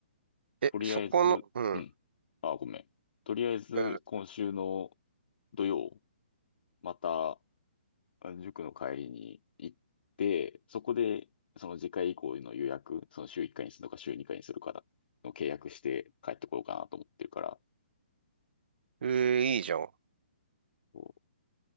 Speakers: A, on the right; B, on the left.
A: ー、
B: とりあえず、
A: え、そこの、うん、
B: うん。あ、ごめん。とりあえず、
A: うん、
B: 今週の土曜、また、塾の帰りに行って、そこで、その次回以降の予約、その週1回にするのか週2回にするかの契約して帰ってこようかなと思ってるから。
A: うん、えー、いいじゃん。
B: そ